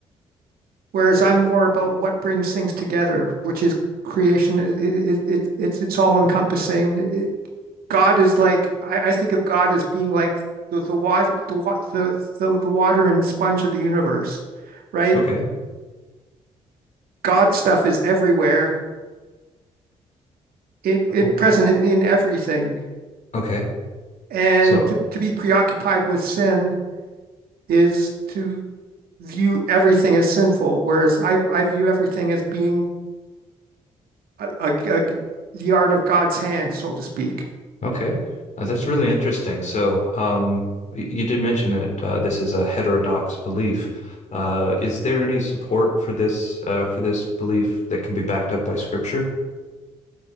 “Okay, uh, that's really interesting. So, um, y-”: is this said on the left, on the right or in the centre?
Left